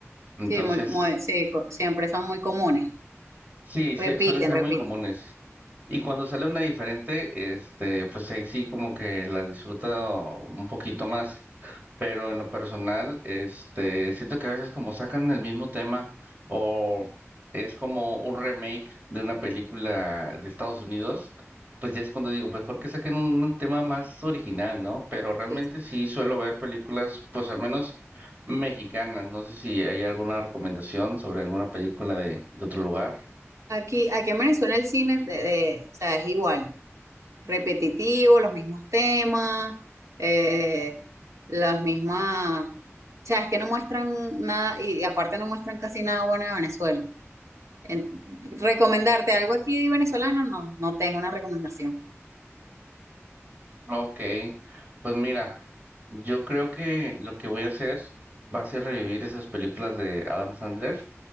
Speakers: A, on the right; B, on the right.
A: Entonces
B: Sí, muy, muy- sí, co- siempre son muy comunes.
A: Sí, sí,
B: Repiten,
A: suelen ser
B: repiten.
A: muy comunes. Y cuando sale una diferente, este, pues ahí sí como que la disfruto un poquito más. Pero en lo personal, este, siento que a veces como sacan el mismo tema o es como un remake de una película de Estados Unidos, pues ya es cuando digo, mejor que saquen un, un tema más original, ¿no? Pero realmente
B: sí. sí.
A: sí suelo ver películas, pues al menos mexicanas. No sé si hay alguna recomendación sobre alguna película de, de otro lugar.
B: Aquí, aquí en Venezuela el cine de- de- o sea, es igual, repetitivo, los mismos temas, eh, las mismas, o sea, es que no muestran nada y, y aparte no muestran casi nada bueno de Venezuela. Ent- recomendarte algo aquí venezolano, no, no tengo una recomendación.
A: Ok, pues mira, yo creo que lo que voy a hacer va a ser revivir esas películas de Adam Sandler.